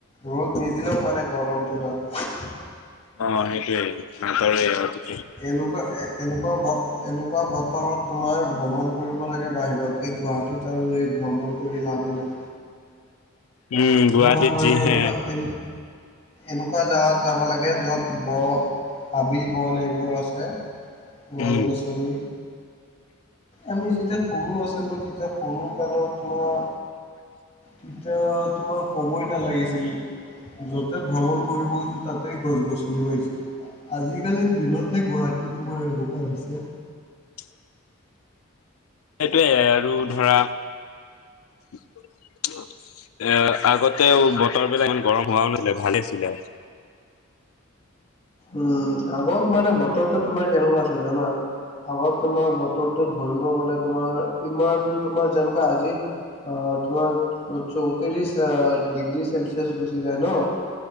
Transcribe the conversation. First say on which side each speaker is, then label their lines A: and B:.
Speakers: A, on the left; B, on the left.
A: ৰ'দ নিদিলেও মানে গৰমতটো নাযায়।
B: অ, সেইটোৱে <unintelligible>
A: এনেকুৱা এ এনেকুৱা ব এনেকুৱা বতৰত তোমাৰ ভ্ৰমণ কৰিব লাগে বাহিৰত এই গুৱাহাটীত আৰু এই ভ্ৰমণ কৰি লাভ বিনা
B: উম, গুৱাহাটীত
A: তোমাৰ মানে
B: যিহে
A: এনেকুৱা এ এনেকুৱা জাগাত যাব লাগে য'ত ব হাবি বল এইবোৰ আছে গছ
B: উম,
A: গছনি আমি যেতিয়া সৰু আছিলোঁ তেতিয়া সৰু কালত তোমাৰ তেতিয়া তোমাৰ কবই নালাগিছিল যতে ভ্ৰমণ কৰিব গৈছো তাতেই গছ গছনিও পাইছো আজিকালি দিনতহে গুৱাহাটী তোমাৰ এনেকুৱা হৈছে
B: <unintelligible> সেইটয়ে আৰু ধৰা এ আগতে বতৰ বিলাক ইমান গৰম হোৱাও নাছিলে ভাল আছিলে
A: উম আগত মানে বতৰটো তোমাৰ কেনেকুৱা আছিল জানা আগত তোমাৰ বতৰটো ধৰিব গলে তোমাৰ ইমান তোমাৰ যেনেকুৱা আজি অ তোমাৰ চৌত্ৰিশ আহ ডিগ্ৰী চেলচিয়াছ গুচি যায় ন